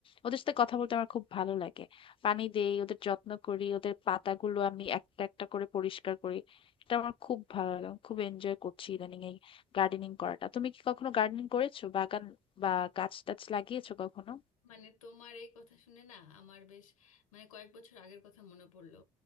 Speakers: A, on the left; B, on the left.
A: ওদের সাথে কথা বলতে আমার খুব ভালো লাগে পানি দেই ওদের যত্ন করি ওদের পাতাগুলো আমি একটা একটা করে পরিষ্কার করি এটা আমার খুব ভালো লাগে আমি খুব এনজয় করছি ইদানিং গার্ডেনিং করাটা তুমি কি কখনো গার্ডেনিং করেছো বাগান বা গাছ টাছ লাগিয়েছো কখনো
B: মানে তোমার এই কথা শুনে না আমার বেশ মানে কয়েক বছর আগের কথা মনে পড়লো